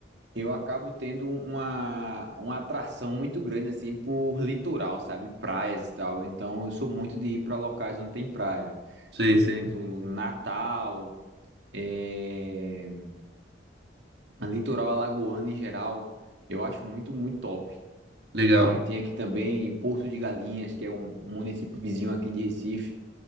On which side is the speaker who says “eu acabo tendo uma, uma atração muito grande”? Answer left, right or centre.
Right